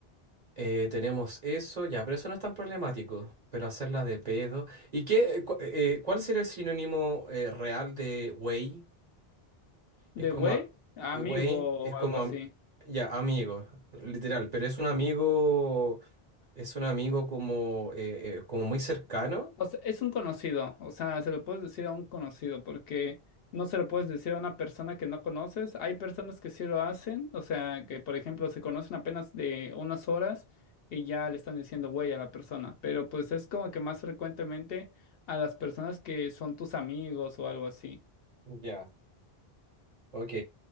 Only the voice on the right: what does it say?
Eh, tenemos eso, ya, pero eso no es tan problemático. Pero hacerla de pedo. ¿Y qué? eh, cu- eh, eh, ¿cuál sería el sinónimo eh, real de güey? Es
como.
a-
Güey es
como.
am-
Ya, amigo, literal. Pero es un amigo. Es un amigo como. eh, eh, como muy cercano.
Ya, ok.